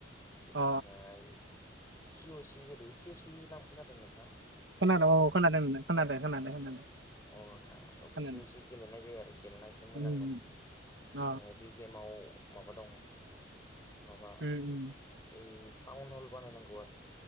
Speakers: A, on the left; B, on the right.
A: बेनिफ्राय,
B: अ
A: सिअ सि गेलेयो सिअ सि नाम खोनादों नोंथांङा?
B: खोनादों औ खोनादों नोंथां खोनादों खोनादों खोनादों
A: अ नोंथां
B: खोनादों
A: बेखौ एसे गेलेनाय जायो आरो गेलेना एसे मोजां
B: उम
A: मोनो।
B: अ
A: माने बे गेमाव माबा दं माबा
B: उम उम
A: ओ टाउन हल बानायनांगौ आरो।